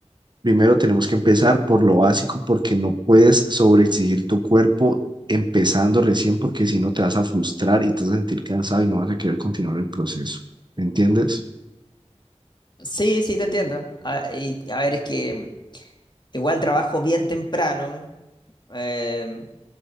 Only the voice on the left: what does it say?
Sí, sí, te entiendo. A, y- a ver, es que igual trabajo bien temprano. eh,